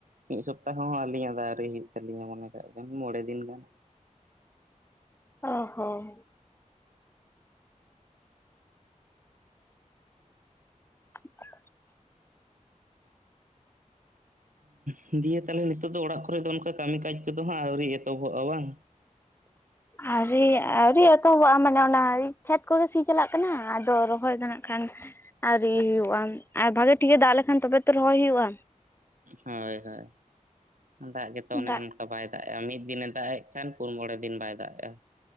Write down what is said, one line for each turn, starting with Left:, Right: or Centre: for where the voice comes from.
Right: ᱢᱤᱫ ᱥᱚᱯᱛᱟᱦᱚ ᱦᱚᱸ ᱟᱹᱞᱤᱧ ᱟᱜ ᱫᱚ ᱟᱣᱨᱤ ᱦᱩᱭᱩᱜ ᱛᱟᱹᱞᱤᱧᱟ᱾ ᱢᱚᱱᱮ ᱠᱟᱜ ᱵᱤᱱ ᱢᱚᱬᱮ ᱫᱤᱱ ᱜᱟᱱ᱾
Left: ᱚ ᱦᱚᱸ᱾ <inaudible>
Right: ᱦᱩᱸ ᱫᱤᱭᱮ ᱛᱟᱞᱦᱮ ᱱᱤᱛᱚᱜ ᱫᱚ ᱚᱲᱟᱜ ᱠᱚ ᱨᱮ ᱫᱚ ᱚᱱᱠᱟ ᱠᱟᱹᱢᱤ ᱠᱟᱡᱽ ᱠᱚ ᱫᱚ ᱦᱟᱸᱜ ᱟᱹᱣᱨᱤ ᱮᱛᱚᱦᱚᱵᱚᱜᱼᱟ ᱵᱟᱝ?
Left: ᱟᱹᱣᱨᱤ ᱟᱹᱣᱨᱤ ᱮᱛᱚᱦᱚᱵᱚᱜᱼᱟ, ᱢᱟᱱᱮ ᱚᱱᱟ ᱠᱷᱮᱛ ᱠᱚ ᱜᱮ ᱥᱤ ᱪᱟᱞᱟᱜ ᱠᱟᱱᱟ᱾ ᱟᱫᱚ ᱨᱚᱦᱚᱭ ᱫᱚ ᱱᱟᱜᱠᱷᱟᱱ ᱟᱣᱨᱤ ᱦᱩᱭᱩᱜᱼᱟ ᱟᱨ ᱵᱷᱟᱹᱜᱤ ᱴᱷᱤᱠᱮ ᱫᱟᱜ ᱞᱮᱠᱷᱟᱱ ᱛᱚᱵᱮ ᱛᱚ ᱨᱚᱦᱚᱭ ᱦᱩᱭᱩᱜᱼᱟ᱾
Right: ᱦᱳᱭ ᱦᱳᱭ, ᱫᱟᱜ ᱜᱮᱛᱚ ᱚᱱᱮ
Left: ᱫᱟᱜ
Right: ᱚᱱᱠᱟ ᱵᱟᱭ ᱫᱟᱜ ᱮᱫᱼᱟ, ᱢᱤᱫ ᱫᱤᱱᱮ ᱫᱟᱜ ᱮᱫ ᱠᱷᱟᱱ ᱯᱩᱱ ᱢᱚᱬᱮ ᱫᱤᱱ ᱵᱟᱭ ᱫᱟᱜ ᱮᱜᱼᱟ᱾